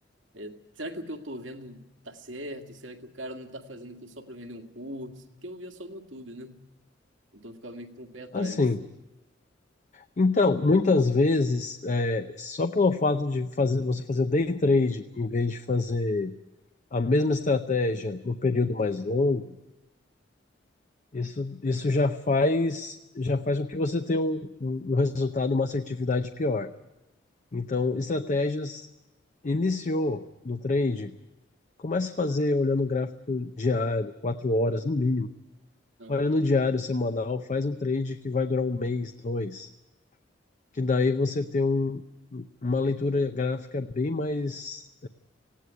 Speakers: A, on the right; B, on the left.
A: é, será que o que eu tô vendo tá certo? Será que o cara não tá fazendo aquilo só pra vender um curso? Que eu via só no YouTube, né? Então eu ficava meio que com o pé atrás,
B: Assim.
A: assim.
B: Então, muitas vezes, é, só pelo fato de fazer, você fazer day trade em vez de fazer a mesma estratégia no período mais longo, isso, isso já faz, já faz com que você tenha um, um um resultado, uma assertividade pior. Então, estratégias iniciou no trade Começa a fazer olhando o gráfico diário, quatro horas no mínimo.
A: Aham,
B: Olha no diário semanal, faz um trade que vai durar um mês, dois. Que daí você tem um, uma leitura gráfica bem mais,